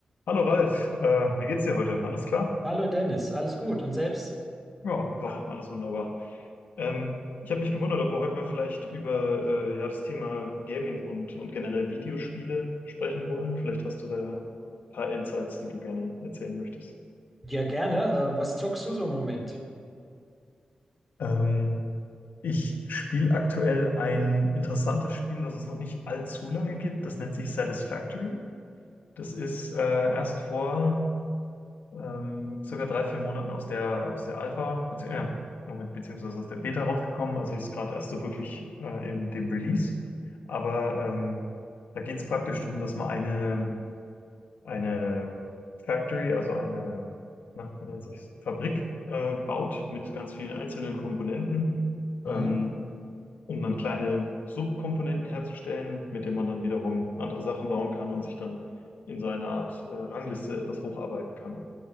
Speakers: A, on the left; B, in the centre.
A: Hallo Ralf, äh, wie geht's dir heute? Alles klar?
B: Hallo Dennis, alles gut und selbst?
A: Ja, doch, alles wunderbar. Ähm, ich habe mich gewundert, ob wir heute mal vielleicht über äh, ja, das Thema Gaming und, und generell Videospiele sprechen wollen. Vielleicht hast du da ein paar Insights, die du gerne erzählen möchtest.
B: Ja, gerne. Äh, was zockst du so im Moment?
A: Ähm, ich spiele aktuell ein interessantes Spiel, das es noch nicht allzu lange gibt. Das nennt sich Satisfactory. Das ist äh, erst vor ähm, circa drei, vier Monaten aus der, aus der Alpha, bezieh äh, Moment, beziehungsweise aus der Beta rausgekommen. Also ist gerade erst so wirklich äh, in dem Release. Aber ähm, da geht es praktisch darum, dass man eine, eine Factory, also eine, na, wie nennt sich's, Fabrik äh, baut mit ganz vielen einzelnen Komponenten, ähm,
B: Mhm.
A: um dann kleine Subkomponenten herzustellen, mit denen man dann wiederum andere Sachen bauen kann und sich dann in so einer Art äh, Rangliste etwas hocharbeiten kann.